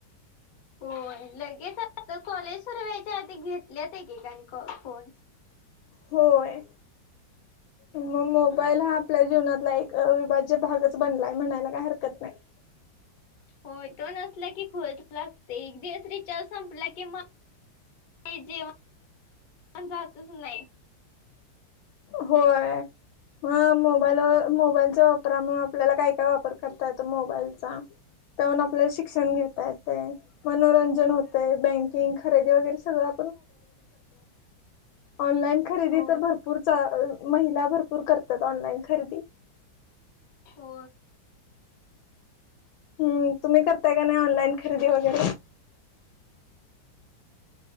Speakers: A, on the left; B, on the left.
A: होय लगेच आता कॉलेजवर व्यायच्या आधी घेतल्यात एकेकाणी फोन
B: होय मग मोबाईल हा आपल्या जीवनातला एक अविभाज्य भागच बनलाय म्हणायला काय हरकत नाही
A: होय तो नसला की खुळच लागतेय, एक दिवस रिचार संपला की म का जेवण जातच नाही.
B: होय. हा मोबाईल मोबाईलच्या वापरामुळे आपल्याला काय काय वापर करता येतो मोबाईलचा? त्याहून आपल्याला शिक्षण घेता येत मनोरंजन होतय बँकिंग खरेदी वगैरे सगळं न खरे
A: होय
B: भ महिला भरपूर करतात ऑनलाईन खरेदी
A: हो
B: ह्म तुम्ही करताय का नाही ऑनलाईन खरेदी वगैरे